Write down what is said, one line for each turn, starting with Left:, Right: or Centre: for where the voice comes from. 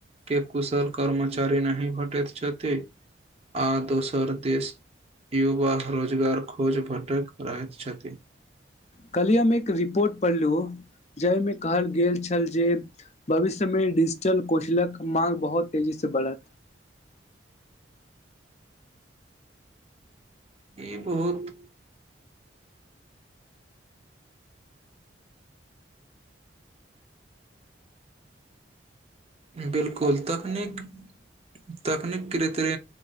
Right: के कुशल कर्मचारी नहि भटैत छथि आ दोसर देश युवा रोजगार खोज भटक रहैत छथि
Left: कलिय हममे एक रिपोर्ट पढ़लहु जाहिमे कहल गेल छल जे भविष्यमे डिजिटल कौशलक मा्ग बहुत तेजीसँ से बढ़त
Right: ई बहुत बिलकुल तकनीक तकनिक कृति